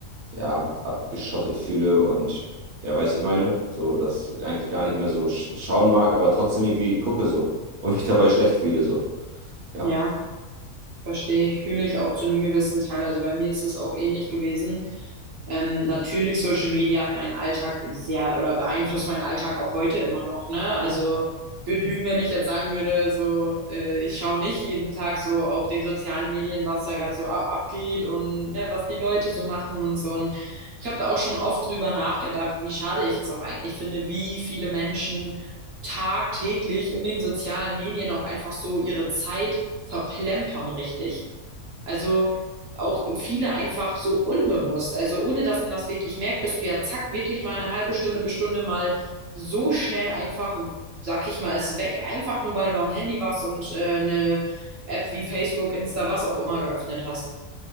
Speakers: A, on the right; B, on the right.
A: ja, abgeschottet fühle und ja, weiß ich meine, so das eigentlich gar nicht mehr so sch schauen mag, aber trotzdem irgendwie gucke so <laughs> und mich dabei schlecht fühle so. Ja.
B: Ja, verstehe ich, fühle ich auch zu einem gewissen Teil. Also bei mir ist es auch ähnlich gewesen. Ähm, natürlich, Social Media hat meinen Alltag sehr oder beeinflusst meinen Alltag auch heute immer noch, ne? Also ich würde lügen, wenn ich jetzt sagen würde, so äh, ich schaue nicht jeden Tag so auf den sozialen Medien, was da gerade so a- abgeht und ne, was die Leute so machen und so. Und ich habe da auch schon oft drüber nachgedacht, wie schade ich es auch eigentlich finde, wie viele Menschen tagtäglich in den sozialen Medien auch einfach so ihre Zeit verplempern, richtig. Also auch viele einfach so unbewusst. Also ohne dass man das wirklich merkt, bist du ja zack, wirklich mal eine halbe Stunde bis Stunde mal so schnell einfach, sag ich mal, ist weg, einfach nur weil du am Handy warst und äh, eine App wie Facebook, Insta, was auch immer geöffnet hast.